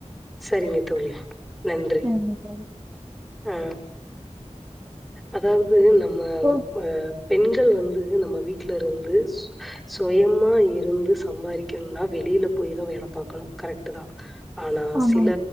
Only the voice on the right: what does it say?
சரிங்க தோழி
ஓ
ஆமாங்க